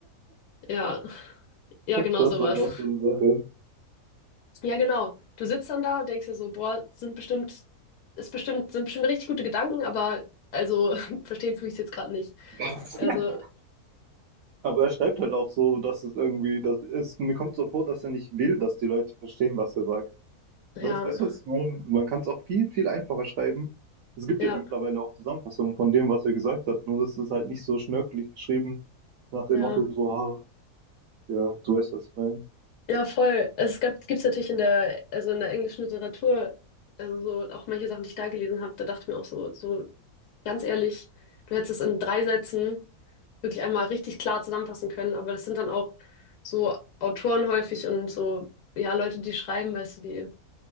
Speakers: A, on the left; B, on the right.
A: ja. Ja, genau
B: Das
A: sowas.
B: ist halt auch so eine Sache.
A: Ja, genau. Du sitzt dann da und denkst dir so, boah, sind bestimmt, ist bestimmt, sind bestimmt richtig gute Gedanken, aber also <laughs> verstehen tue ich es jetzt gerade nicht.
B: <laughs>
A: Also,
B: Aber er schreibt halt auch so, dass es irgendwie, das ist, mir kommt so vor, dass er nicht will, dass die Leute verstehen, was er sagt.
A: ja,
B: Weißt weißt du, was ich meine? Man kann es auch viel, viel einfacher schreiben. Es gibt
A: ja,
B: ja mittlerweile auch Zusammenfassungen von dem, was er gesagt hat, nur das ist halt nicht so schnörkelig geschrieben, nach dem
A: ja.
B: Motto so, ah, ja, du weißt, was ich meine.
A: Ja, voll. Also, es gab, gibt's natürlich in der, also in der englischen Literatur, also so auch manche Sachen, die ich da gelesen habe, da dachte ich mir auch so, so ganz ehrlich, du hättest es in drei Sätzen wirklich einmal richtig klar zusammenfassen können. Aber das sind dann auch so Autoren häufig und so, ja, Leute, die schreiben, weißt du, die,